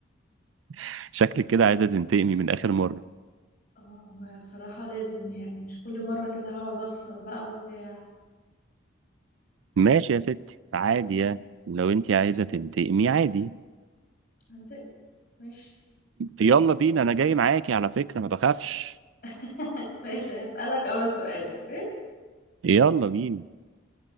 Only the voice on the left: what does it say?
اه ما بصراحه لازم يعني مش كل مره كده هقعد اخسر بقى وبتاع
انت مش
<laughs> ماشي هسألك أول سؤال أوكي